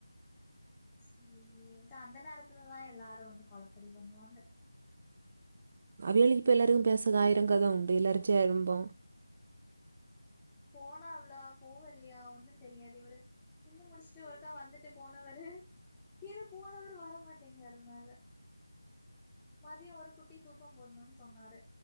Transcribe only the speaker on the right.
அவியல்க்கு இப்ப எல்லாருக்கு பேச ஆயிர கத உண்டு எல்லாரரு சேர உண்டோ